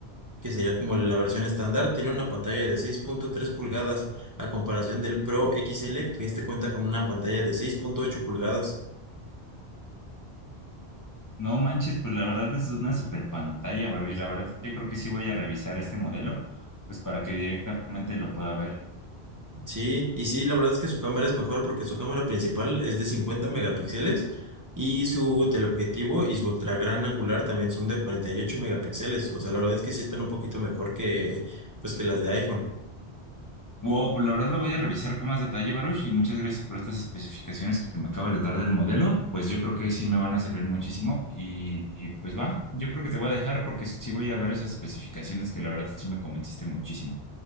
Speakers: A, on the right; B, on the left.
A: que sería como la versión estándar, tiene una pantalla de seis punto tres pulgadas a comparación del Pro XL, que este cuenta con una pantalla de seis punto ocho pulgadas.
B: No manches, pues la verdad es una super pantalla, Baruch. La verdad yo creo que sí voy a revisar este modelo, pues para que directamente lo pueda ver.
A: Sí, y sí, la verdad es que su cámara es mejor porque su cámara principal es de 50 megapíxeles y su teleobjetivo y su ultra gran angular también son de 48 megapíxeles. O sea, la verdad es que sí están un poquito mejor que, pues, que las de iPhone.
B: Wow, pues la verdad lo voy a revisar con más detalle, Baruch, y muchas gracias por estas especificaciones que me acabas de dar del modelo. Pues yo creo que sí me van a servir muchísimo y, y, pues va, yo creo que te voy a dejar porque sí voy a ver esas especificaciones que la verdad sí me convenciste muchísimo.